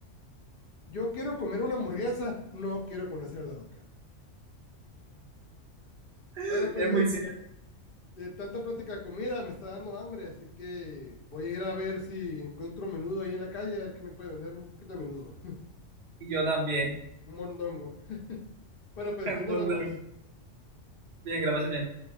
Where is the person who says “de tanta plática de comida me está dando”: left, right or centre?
Left